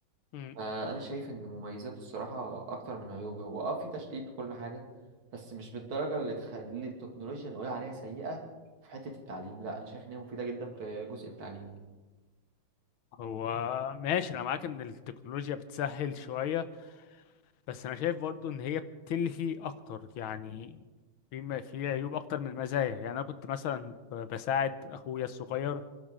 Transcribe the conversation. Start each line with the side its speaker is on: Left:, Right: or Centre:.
Left: مم.
Right: فانا شايف ان مميزاته الصراحه اكتر من عيوبه هو اه في تشتيت وكل حاجه بس مش بالدرجه اللي تخلي التكنولوجيا نقول عليها سيئه في حته التعليم لا انا شايف ان هي مفيده جدا في جزء التعليم
Left: هو ماشي انا معاك ان التكنولوجيا بتسهل شوية بس انا شايف برضو ان هي بتلهي اكتر يعني في م- في عيوب اكتر من المزايا يعني انا كنت مثلا ب- بساعد اخويا الصغير